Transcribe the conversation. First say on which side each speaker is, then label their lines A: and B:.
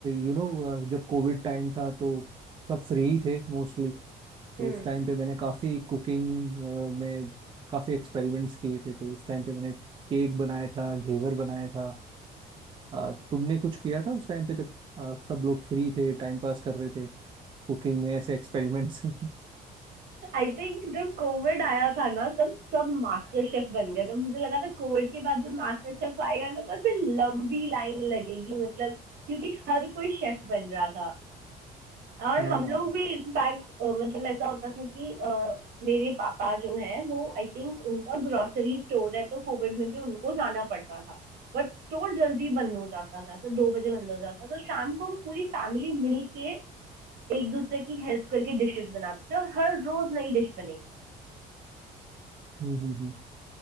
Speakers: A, on the right (about 30°); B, on the right (about 65°).
A: यू नो जब कोविड टाइम था तो सब फ्री ही थे मोस्टली तो
B: हम्म
A: उस टाइम पे मैंने काफ़ी कुकिंग में काफ़ी एक्सपेरिमेंट्स किए थे तो उस टाइम पे मैंने केक बनाया था घेवर बनाया था अ, तुमने कुछ किया था उस टाइम पे जब अ, सब लोग फ्री थे टाइम पास कर रहे थे कुकिंग में ऐसे एक्सपेरिमेंट्स <laughs>
B: आई थिंक जब कोविड आया था ना तब सब मास्टर शेफ बन गए तो मुझे लगा था कोविड के बाद जब मास्टर शेफ आएगा ना तो ऐसे लंबी लाइन लगेगी मतलब क्योंकि हर कोई शेफ बन रहा था और
A: हाँ
B: हम लोग भी इनफैक्ट मतलब ऐसा होता था कि अ, मेरे पापा जो हैं वो आई थिंक उनका ग्रोसरी स्टोर है तो कोविड में भी उनको जाना पड़ता था बट स्टोर जल्दी बंद हो जाता था तो दो बजे बंद हो जाता था। तो शाम को हम पूरी फैमिली मिल के एक दूसरे की हेल्प करके डिशेस बनाते थे और हर रोज नई डिश बनेगी
A: हम्म हम्म हम्म।